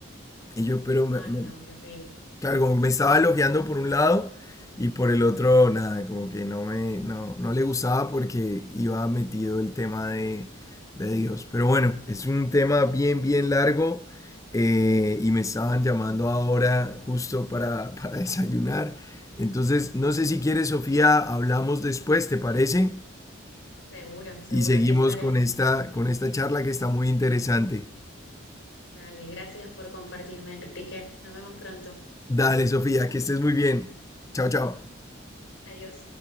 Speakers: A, on the left; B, on the left.
A: Y yo, pero me,
B: Ah,
A: me-
B: ay, no, qué horrible.
A: claro, como que me estaba elogiando por un lado y por el otro, nada, como que no me, no, no le gustaba porque iba metido el tema de, de Dios. Pero bueno, es un tema bien, bien largo eh,
B: Ujú.
A: y me estaban llamando ahora justo para, para desayunar. Entonces, no sé si quieres, Sofía, hablamos después, ¿te parece?
B: Seguro, seguro,
A: Y seguimos
B: aquí estaré.
A: con esta, con esta charla que está muy interesante.
B: Dale, gracias por compartirme, Enrique. Nos vemos pronto.
A: Dale, Sofía, que estés muy bien. Chao, chao.
B: Adiós.